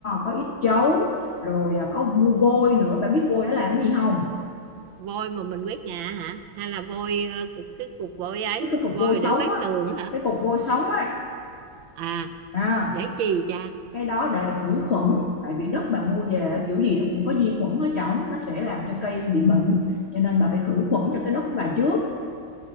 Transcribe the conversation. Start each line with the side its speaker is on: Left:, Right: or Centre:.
Left: có ít chấu rồi à, có vu vôi nữa bạn biết vôi nó làm cái gì không
Right: vôi mà mình quét nhà hả hay là vôi ờ, cục cái cục vôi ấy
Left: cái cái cục
Right: vôi
Left: vôi sống
Right: để quét
Left: á
Right: tường hả
Left: cái cục vôi sống á
Right: à
Left: à,
Right: để làm chi cha
Left: cái đó để khử khuẩn tại vì đất bạn mua về kiểu gì nó cũng có vi khuẩn ở trong nó sẽ làm cho cây bị bệnh cho nên bà phải khử khuẩn cho cái đất của bà trước